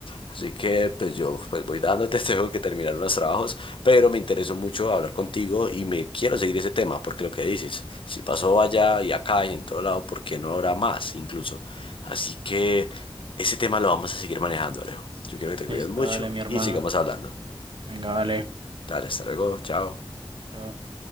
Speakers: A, on the left; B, on the right.
A: Así que pues yo pues voy dándote, <laughs> tengo que terminar unos trabajos, pero me interesó mucho hablar contigo y me quiero seguir ese tema porque lo que dices, si pasó allá y acá y en todo lado, ¿por qué no habrá más incluso? Así que ese tema lo vamos a seguir manejando, Alejo. Yo quiero que te cuides
B: esto,
A: mucho
B: dale, mi hermano.
A: y sigamos hablando.
B: Venga, vale.
A: Dale, hasta luego, chao.
B: Chao.